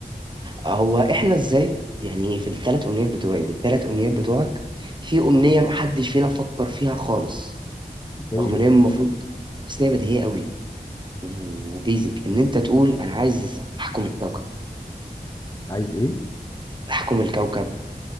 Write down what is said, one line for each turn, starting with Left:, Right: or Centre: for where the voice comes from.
Right: هو إحنا إزاي يعني في الثلاث أمنيات بتوعي والثلاث أمنيات بتوعك في أمنية محدش فينا فكر فيها خالص
Left: زي
Right: رغم
Left: ايه
Right: إن هي المفروض بس إن هي بديهية قوي وبيزك ان انت تقول انا عايز احكم الكوكب
Left: عايز ايه
Right: احكم الكوكب